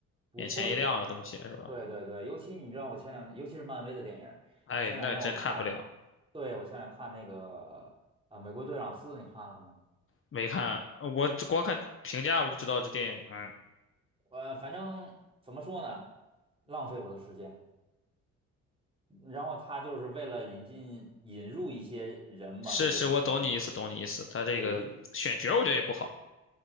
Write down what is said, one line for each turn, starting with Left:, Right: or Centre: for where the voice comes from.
Right: 不错的电影儿对对对，
Left: 眼前一亮的东西是吧？
Right: 尤其你知道，我前两年，尤其是漫威的电影儿前两天我看，
Left: 哎，那真看不了，
Right: 对，我前两天看那个啊，呃美国队长四》，你看了吗？
Left: 没看，我只光看评价我就知道这电影，嗯，
Right: 呃，反正怎么说呢，浪费我的时间。然后他就是为了引进引入一些人嘛，
Left: 是是，
Right: 他就是我觉得
Left: 我懂你意思，懂你意思。他这个选角我觉得也不好。
Right: 对硬